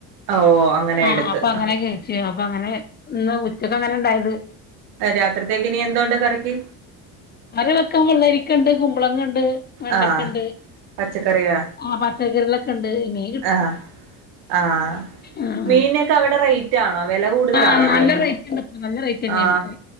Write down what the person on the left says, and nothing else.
ആഹ
അപ്പൊ അങ്ങനെയക്ക ശ്യോ അപ്പൊ അങ്ങനെ ഇന്ന് ഉച്ചക്കെ അങ്ങനെ ഉണ്ടായത്
കറി വെക്കാൻ വെള്ളരിക്കണ്ട് കുമ്പളങ്ങണ്ട് വെണ്ടക്കുണ്ട്
ആഹ് പച്ചക്കറളൊക്കെ ഉണ്ട് ഇനി
ആഹ്
ആഹ് നല്ല
റേറ്റ് ഉണ്ട് ഇപ്പൊ നല്ല റേറ്റ് തന്നെയാണ്
ഇപ്പൊ